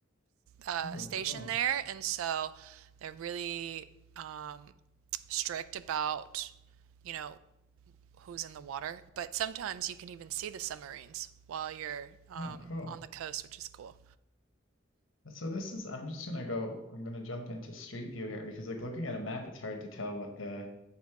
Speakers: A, on the right (about 85°); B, on the left (about 75°).
A: uh,
B: Oh,
A: station
B: cool.
A: there, and so they're really um, strict about, you know, who's in the water. But sometimes you can even see the submarines while you're um,
B: Oh, cool.
A: on the coast, which is cool.
B: So this is, I'm just gonna go, I'm gonna jump into Street View here because like looking at a map, it's hard to tell what the